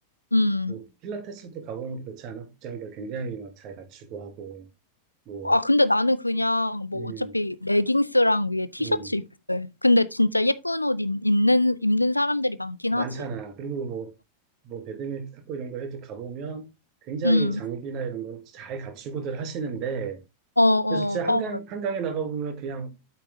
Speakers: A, on the left; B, on the right.
A: 음.
B: 뭐, 필라테스도 가보면 그렇지 않아? 복장도 굉장히 막 잘 갖추고 하고, 뭐,
A: 아, 근데 나는 그냥 뭐
B: 음,
A: 어차피 레깅스랑 위에 티셔츠
B: 음,
A: 입고 해. 근데 진짜 예쁜 옷 입, 는 입는 입는 사람들이 많긴
B: 많잖아.
A: 하지.
B: 그리고 뭐, 뭐, 배드민턴, 탁구 이런 거 해도 가보면 굉장히
A: 음.
B: 장비나 이런 걸 잘 갖추고들 하시는데,
A: 어, 어,
B: 그래서 진짜 한강,
A: 어,
B: 한강에 나가보면 그냥,